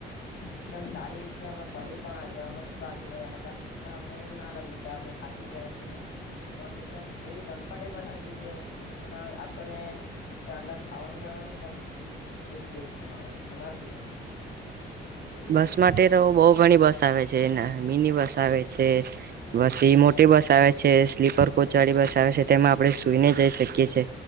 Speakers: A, on the left; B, on the right.
A: એકદમ સારી રીતે અમે ફરી પણ આવ્યા અમે ખુબ આગે ગયા હ તા પણ અમને એવું ના લાગ્યું કે અમે થાકી ગયા છે, ને એ બસ એકદમ એવી કમ્ફર્ટેબલ હતી કે એમાં આપણને તયા અંદર ખાવાનું બનાવાનું પણ હતું એજ કેવું છે, મારે તો તમારે શું કેવું?
B: બસ માટે તો બો ઘણી બસ આવે છે, ના મિની બસ આવે છે, પછી મોટી બસ આવે છે, સ્લીપર કોચ વાળી બસ આવે છે, તેમાં આપણે સુઈને જઈ શકીએ છે